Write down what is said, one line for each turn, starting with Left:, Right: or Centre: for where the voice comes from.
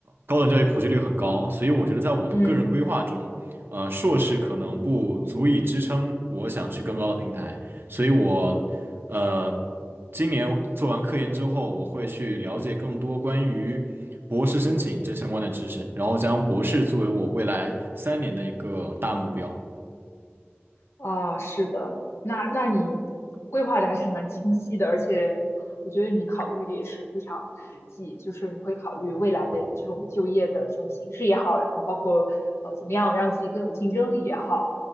Right: 高等教育普及率很高，所以我觉得在我的个人规划中，
Left: 嗯，
Right: 呃，硕士可能不足以支撑我想去更高的平台，所以我呃今年做完科研之后，我会去了解更多关于。博士申请这相关的知识，然后将博士作为我未来三年的一个大目标。
Left: 啊，是的，那那你规划的还是蛮清晰的，而且我觉得你考虑的也是非常实际，就是你会考虑未来的这种就业的这种形式也好，然后包括呃怎么样让自己更有竞争力也好。